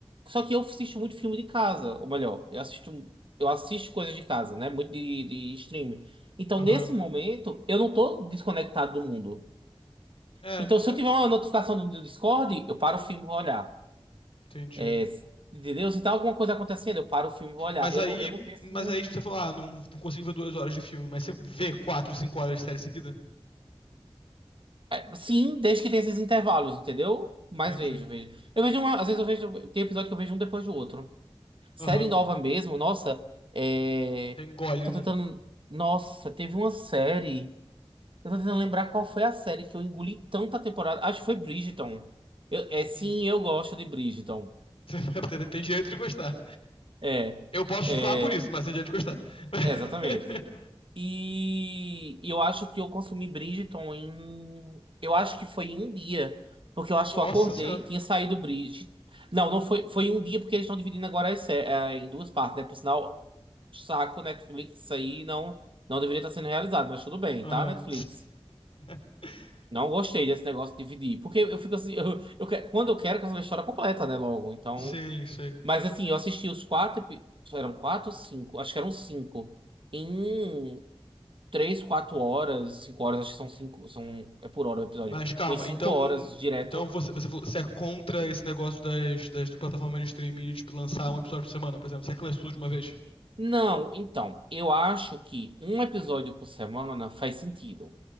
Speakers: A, on the right; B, on the left.
A: Só que eu assisto muito filme de casa, ou melhor, eu assisto, eu assisto coisas de casa, né? Muito de, de streaming. Então,
B: Aham.
A: nesse momento, eu não tô desconectado do mundo.
B: É,
A: Então, se eu
B: é,
A: tiver uma notificação do, do Discord, eu paro o filme e vou olhar.
B: entendi.
A: É, entendeu? Se tá alguma coisa acontecendo, eu paro o filme e vou olhar.
B: Mas
A: Eu
B: aí,
A: não, eu não tenho assim.
B: mas aí tipo, você fala, ah, não, não consigo ver duas horas de filme, mas você vê quatro, cinco horas de série seguida?
A: é, sim, desde que tenha esses intervalos, entendeu? Mas
B: Entendi.
A: vejo, vejo. Eu vejo uma, às vezes eu vejo. Tem episódio que eu vejo um depois do outro. Série
B: Aham.
A: nova mesmo, nossa, é...
B: Tem gole,
A: tô
B: né?
A: tentando. Nossa, teve uma série. Eu tô tentando lembrar qual foi a série que eu engoli tanta temporada. Acho que foi Bridgerton. Eu- É sim,
B: Hum.
A: eu gosto de Bridgerton.
B: <laughs> Você tem tem direito de gostar.
A: É.
B: Eu posso
A: É,
B: te zoar por isso, mas tem direito de gostar. <laughs>
A: É, exatamente. E, e eu acho que eu consumi Bridgerton em. Eu acho que foi em um dia. Porque eu acho
B: Nossa
A: que eu acordei,
B: senhora.
A: tinha saído Bridgerton. Não, não foi, foi em um dia, porque eles estão dividindo agora as sé- eh, em duas partes, né? Por sinal, saco, Netflix, isso aí não, não deveria estar sendo realizado, mas tudo bem,
B: Aham.
A: tá, Netflix?
B: <laughs>
A: Não gostei desse negócio de dividir. Porque eu fico assim, <laughs> eu, eu que- quando eu quero, eu quero saber a história completa, né? Logo. Então.
B: Sim, sei.
A: Mas assim, eu assisti os quatro. epi- Eram quatro ou cinco? Acho que eram cinco. Em três, quatro horas, cinco horas, acho que são cinco, são, é por hora o episódio,
B: Mas calma,
A: umas cinco
B: então.
A: horas direto.
B: Então você, você, falou- você é contra esse negócio das, das plataformas de streaming de tipo, lançar um episódio por semana, por exemplo. Se é que lança tudo de uma vez?
A: Não, então, eu acho que um episódio por semana faz sentido,